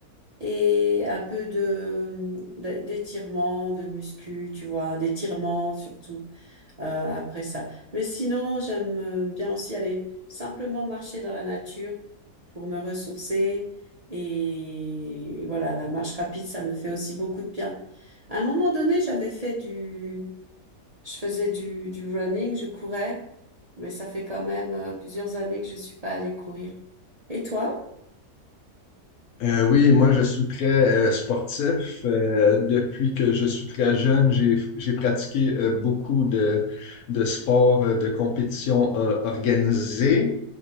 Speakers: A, on the right; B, on the left.
A: Et un peu de, de- d'étirement, de muscu, tu vois, d'étirement surtout. euh, après ça. Mais sinon, j'aime euh, bien aussi aller simplement marcher dans la nature pour me ressourcer. Et voilà, la marche rapide, ça me fait aussi beaucoup de bien. À un moment donné, j'avais fait du, je faisais du, du running, je courais, mais ça fait quand même euh, plusieurs années que je suis pas allée courir. Et toi?
B: Euh, oui, moi je suis très euh, sportif. Euh, depuis que je suis très jeune, j'ai j'ai pratiqué euh, beaucoup de de sports euh, de compétition euh, organisée.